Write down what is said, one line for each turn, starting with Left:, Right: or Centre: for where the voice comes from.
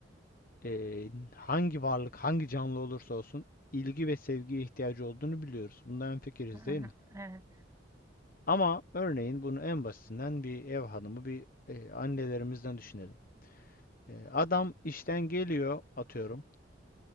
Left: eee, hangi varlık hangi canlı olursa olsun ilgi ve sevgiye ihtiyacı olduğunu biliyoruz. Bundan hemfikiriz
Right: Hı hı,
Left: değil mi?
Right: Evet.
Left: Ama örneğin bunu en basitinden bir ev hanımı bir eee, annelerimizden düşünelim. Eee, adam işten geliyor atıyorum.